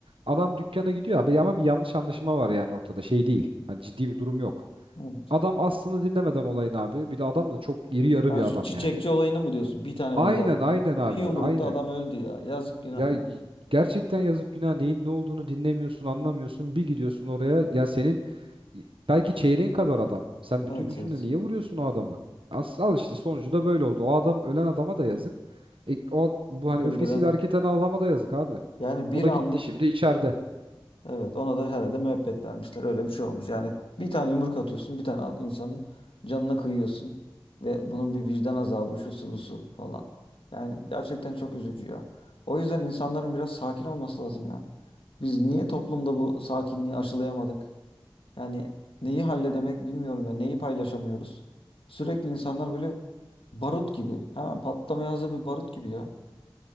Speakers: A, on the right (about 75°); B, on the left (about 80°).
A: adam dükkana gidiyor abi ama bir yanlış anlaşılma var yani ortada. Şey değil. Hani ciddi bir durum yok.
B: evet.
A: Adam aslını dinlemeden olayın abi. Bir de adam da çok iri yarı
B: Ya
A: bir
B: şu
A: adam
B: çiçekçi
A: yani.
B: olayını mı diyorsun? Bir tane
A: Aynen
B: vurdu adam.
A: aynen abi
B: Bir yumrukta
A: aynen.
B: adam öldü ya. Yazık günah
A: Ya
B: ya.
A: y- gerçekten yazık günah neyin ne olduğunu dinlemiyorsun anlamıyorsun. Bir gidiyorsun oraya ya senin Belki çeyreğin kadar adam. Sen bütün
B: Evet
A: gücünle
B: evet.
A: niye vuruyorsun o adamı? As al işte sonucu da böyle oldu. O adam ölen adama da yazık. E, o bu hani
B: Öldüren.
A: öfkesiyle hareket eden adama da yazık abi.
B: Yani bir
A: O da
B: anlık
A: gitti şimdi içeride.
B: evet ona da herhalde müebbet vermişler. Öyle bir şey olmuş. Yani bir tane yumruk atıyorsun. Bir tane insanın canına kıyıyorsun. Ve bunun bir vicdan azabı şu su bu su falan. Yani gerçekten çok üzücü ya. O yüzden insanların biraz sakin olması lazım ya. Biz niye toplumda bu sakinliği aşılayamadık? Yani neyi halledemek bilmiyorum ya. Neyi paylaşamıyoruz. Sürekli insanlar böyle barut gibi. Hemen patlamaya hazır bir barut gibi ya.